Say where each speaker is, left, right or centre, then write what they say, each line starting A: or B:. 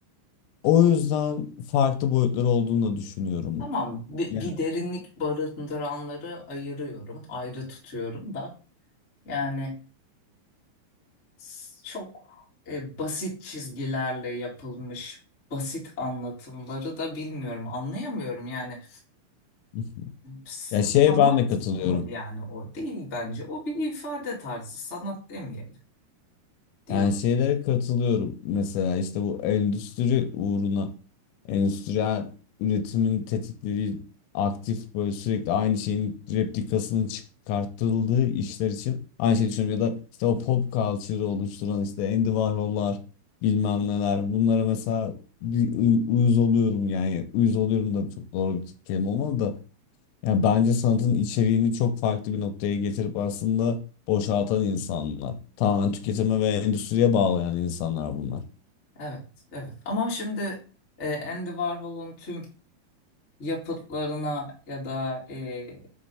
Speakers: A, on the left; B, on the left.
A: o yüzden farklı boyutları olduğunu da düşünüyorum.
B: Tamam bir,
A: Yani
B: bir derinlik barındıranları ayırıyorum. Ayrı tutuyorum da. Yani s- çok e, basit çizgilerle yapılmış basit anlatımları da bilmiyorum. Anlayamıyorum yani.
A: <laughs>
B: s-
A: ya şeye
B: sanat
A: ben de katılıyorum.
B: mı yani o değil bence. O bir ifade tarzı sanat demeyelim diyor.
A: Yani şeylere katılıyorum mesela işte bu endüstri uğruna endüstriyel üretimin tetiklediği aktif böyle sürekli aynı şeyin replikasının çıkartıldığı işler için aynı şeyi düşünüyorum ya da işte o pop culture'ı oluşturan işte Andy Warhol'lar bilmem neler bunlara mesela bir uy- uyuz oluyorum yani uyuz oluyorum da çok doğru bir kelime olmadı da yani bence sanatın içeriğini çok farklı bir noktaya getirip aslında boşaltan insanlar. Tamamen tüketime ve endüstriye bağlayan insanlar bunlar.
B: Evet evet ama şimdi e, Andy Warhol'un tüm yapıtlarına ya da e,